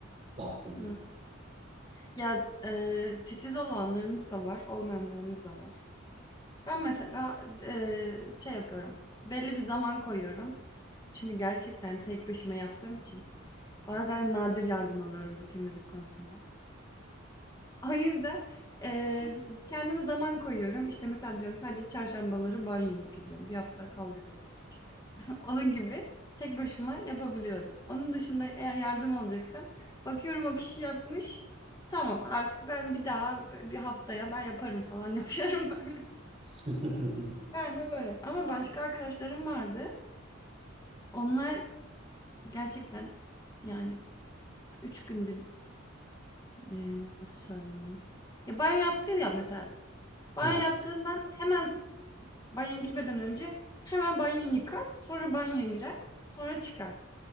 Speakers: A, on the right; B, on the left.
A: bahsediyorum.
B: Hı. Ya eee, titiz olanlarımız da var, olmayanlarımız da var. Ben mesela eee, şey yapıyorum. Belli bir zaman koyuyorum. Çünkü gerçekten tek başıma yaptığım için. Bazen nadir yardım alıyorum bu temizlik konusunda. O yüzden, eee, kendime zaman koyuyorum. İşte, mesela diyorum sadece çarşambaları banyo yıkayacağım. bir hafta kalacak öyle, işte. <laughs> Onun gibi tek başıma yapabiliyorum. Onun dışında eğer yardım alacaksam bakıyorum o kişi yapmış. Tamam, artık ben bir daha, bir haftaya ben yaparım falan <laughs> yapıyorum böyle.
A: <laughs>
B: Ben de böyle. Ama başka arkadaşlarım vardı. Onlar gerçekten, yani, 3 günde, eee, nasıl söyleyeyim onu? Ya, banyo yaptı ya mesela, banyo
A: Aha.
B: yaptığından hemen Banyoya girmeden önce hemen banyoyu yıkar, sonra banyoya girer, sonra çıkar.